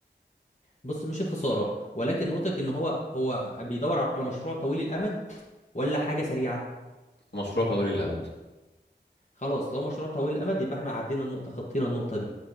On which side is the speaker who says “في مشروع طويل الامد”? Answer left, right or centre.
Left